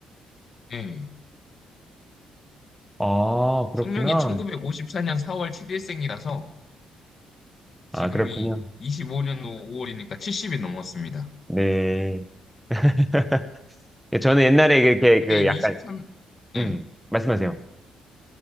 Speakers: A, on the left; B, in the centre.
A: 예.
B: 아, 그렇구나.
A: 성룡이 1954년 4월 7일생이라서
B: 아,
A: 지금이
B: 그렇군요.
A: 25년도 5월이니까 70이 넘었습니다.
B: 네. <laughs> 저는 옛날에 이렇게
A: 근데
B: 그
A: 23,
B: 약간,
A: 네,
B: 음, 말씀하세요.